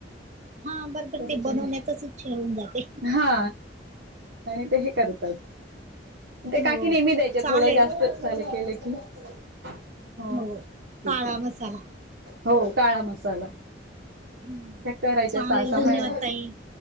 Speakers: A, on the right (about 40°); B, on the right (about 75°).
A: हा बरोबर
B: कधीतरी
A: ते बनवण्यातच इच्छा होऊन जाते
B: हा. आणि ते हे करतात. ते
A: हो
B: काकी नेहमी द्यायचे
A: चालेल
B: थोडं जास्त चाले केलं की हो
A: हो
B: ठीक
A: काळा
B: आहे.
A: मसाला
B: हो काळा मसाला
A: हम्म
B: त्या करायच्या
A: चालेल
B: सहा सहा
A: धन्यवाद
B: महिन्या
A: ताई